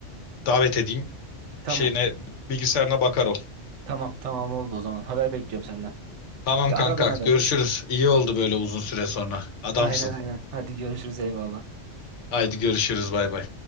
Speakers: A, on the left; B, on the right.
A: davet edeyim.
B: Tamam.
A: Şeyine bilgisayarına bakar ol.
B: Tamam tamam oldu o zaman. Haber bekliyorum senden.
A: Tamam
B: Ya
A: kanka
B: ara bana da.
A: görüşürüz. İyi oldu böyle uzun süre sonra. Adamsın.
B: Aynen aynen. Hadi görüşürüz eyvallah.
A: Haydi görüşürüz bay bay.